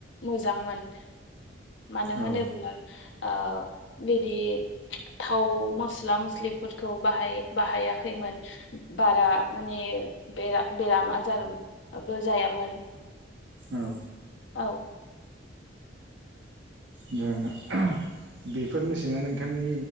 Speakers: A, on the left (about 75°); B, on the right (about 65°).
A: मोजांमोन। मानो
B: औ
A: होनोब्ला ओ बिदि थाव मस्ला मस्लिफोरखौ बाहाय बाहायाखैमोन बारा माने बे बेराम आजार बबो जायामोन
B: औ।
A: औ।
B: <unintelligible> बेफोरनिेसिंना नोंथांनि